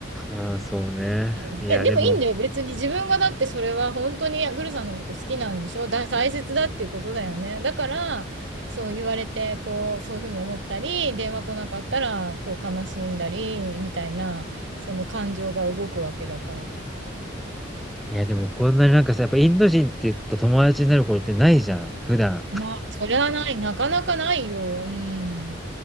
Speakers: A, in the centre; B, on the right (about 65°).
A: ああ、そうね。
B: うん、
A: いや、
B: で、でもいいんだよ。
A: でも
B: 別に自分がだってそれは本当にグルさんのこと好きなんでしょだ、大切だっていうことだよね。だから、そう言われて、こう、そういうふうに思ったり、電話来なかったら、こう、悲しんだり、みたいな、その感情が動くわけだから。
A: いや、でもこんなになんかさ、やっぱインド人ってと友達になることってないじゃん、普段。
B: まあ、それはない。なかなかないよ。うん。